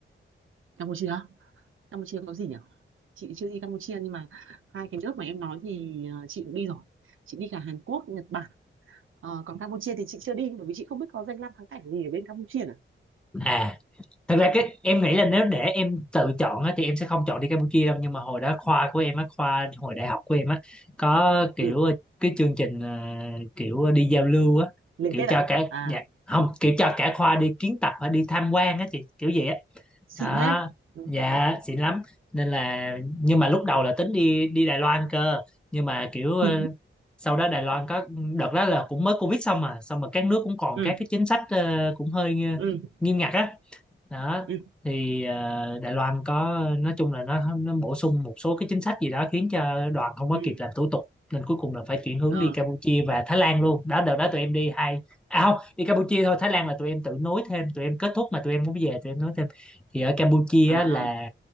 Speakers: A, on the right; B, in the centre.
A: Campuchia. Campuchia có gì nhỉ? Chị chưa đi Campuchia nhưng mà hai cái nước mà em nói thì ờ, chị cũng đi rồi. Chị đi cả Hàn Quốc, Nhật Bản. Ờ, còn Campuchia thì chị chưa đi bởi vì chị không biết có danh lam thắng cảnh gì ở bên Campuchia nữa.
B: à thật ra cái em nghĩ là nếu để em tự chọn á, thì em sẽ không chọn đi Campuchia đâu nhưng mà hồi đó khoa của em á khoa hồi đại học của em á có kiểu
A: Ừ,
B: ờ, cái chương trình à, kiểu đi giao lưu á
A: liên
B: kiểu
A: kết
B: cho
A: à
B: cả
A: À,
B: dạ, không kiểu cho cả khoa đi kiến tập hay đi tham quan á chị kiểu vậy á
A: xịn
B: đó
A: thế Ừ.
B: dạ xịn lắm nên là nhưng mà lúc đầu là tính đi đi Đài Loan cơ nhưng mà kiểu ờ,
A: ừ
B: sau đó Đài Loan có đợt đó là cũng mới Covid xong mà xong mà các nước cũng còn
A: ừ
B: các cái chính sách ờ, cũng hơi ờ,
A: ừ
B: nghiêm ngặt á đó
A: ừ
B: thì ờ, Đài Loan có nói chung là nó nó bổ sung một số cái chính sách gì đó khiến cho đoàn không có
A: ừ
B: kịp làm thủ tục nên cuối cùng là phải chuyển hướng
A: ờ
B: đi Campuchia và Thái Lan luôn đó đợt đó tụi em đi hai à không đi Campuchia thôi Thái Lan là tụi em tự nối thêm tụi em kết thúc mà tụi em muốn về tụi em nối thêm thì ở Campuchia
A: à
B: á là